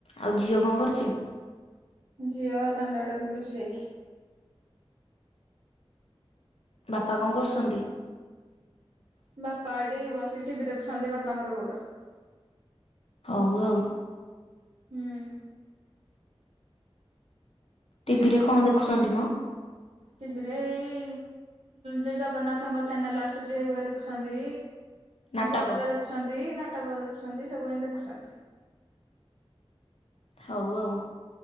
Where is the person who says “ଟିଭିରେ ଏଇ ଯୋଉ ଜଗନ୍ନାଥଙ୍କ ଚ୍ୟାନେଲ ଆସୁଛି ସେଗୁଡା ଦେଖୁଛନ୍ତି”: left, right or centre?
Right